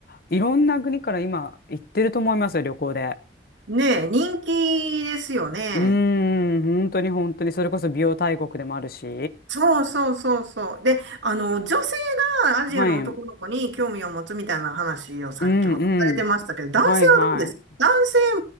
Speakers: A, on the left; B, on the right.
A: いろんな国から今行ってると思いますよ、旅行で。
B: ねえ、人気ですよね。
A: うーん、本当に本当に。それこそ美容大国でもあるし。
B: そうそうそうそう。で、あの、女性がアジアの男の子に興味を持つみたいな話を先ほどされてましたけど、
A: はい。うんうん。
B: 男性はどうですか男性
A: はいはい。